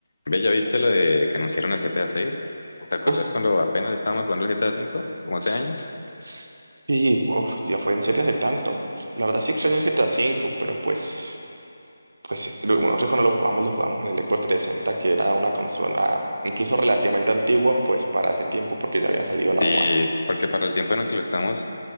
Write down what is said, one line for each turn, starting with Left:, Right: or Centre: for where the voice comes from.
Left: Ve, ¿ya viste lo de que anunciaron el GTA 6? ¿Te acuerdas
Right: Us-
Left: cuando apenas estábamos jugando el GTA cinco Como hace
Right: s-
Left: años.
Right: s- Sí, uf, ya fue en serie hace tanto. La verdad sí extraño el GTA V, pero pues, pues eh, lo- bueno, nosotros cuando lo jugamos, lo jugamos en el Xbox 360, que era una consola incluso relativamente antigua, pues para ese tiempo, porque ya había salido
Left: Sí,
Right: la One.
Left: porque para el tiempo en el que lo estamos,